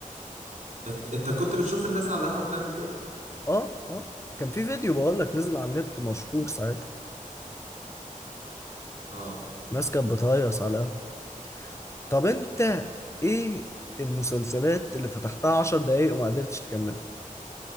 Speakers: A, on the right; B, on the left.
A: انت إنت كنت بتشوف الناس على القهوه بتعمل كده
B: اه اه كان في فيديو بقول لك نزل على النت مشهور ساعتها
A: اه
B: الناس كانت بتهيص على القهوة طب انت ايه المسلسلات اللي فتحتها عشر دقايق وما قدرتش تكملها